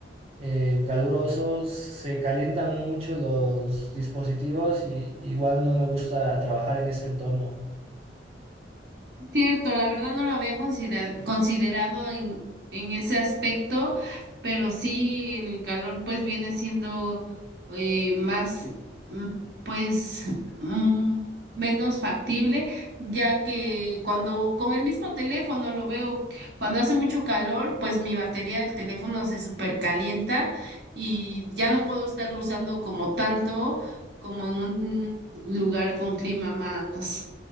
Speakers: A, on the right; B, on the right.
A: eh, calurosos, se calientan mucho los dispositivos y igual no me gusta trabajar en ese entorno.
B: Cierto, la verdad no lo había considera- considerado en, en ese aspecto, pero sí en el calor pues viene siendo eh, más mm, pues mm, menos factible, ya que cuando con el mismo teléfono lo veo, cuando hace mucho calor pues mi batería del teléfono se supercalienta y ya no puedo estarlo usando como tanto como en un lugar con clima más